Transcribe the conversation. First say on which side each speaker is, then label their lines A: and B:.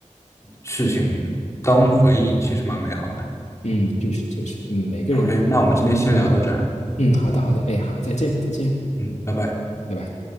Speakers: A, on the left; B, on the left.
A: 事情当回忆其实蛮美好的。
B: 嗯，就是就是，嗯，每个人。
A: OK，那我们今天先聊到这儿，
B: 嗯，好的，好的，哎，好，再见，再见，
A: 嗯，拜拜。
B: 拜拜。